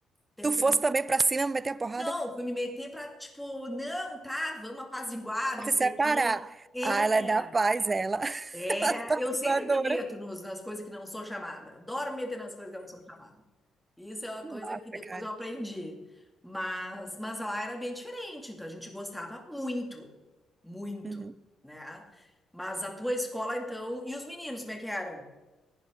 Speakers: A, in the centre; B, on the right.
A: tentando.
B: Tu fosse também pra cima, meter a porrada,
A: Não, fui me meter pra, tipo, não, tá, vamos apaziguar, não
B: se
A: sei
B: separar.
A: o quê. É,
B: Ah, ela é da paz, ela.
A: é,
B: <laughs>
A: eu sempre
B: Adora.
A: me meto nos, nas coisas que não sou chamada. Adoro me meter nas coisas que eu não sou chamada. Isso é uma
B: Que
A: coisa
B: massa,
A: que depois
B: cara.
A: eu aprendi. Mas, mas lá era bem diferente, então a gente gostava muito, muito,
B: Uhum.
A: né? Mas a tua escola, então, e os meninos, como é que eram?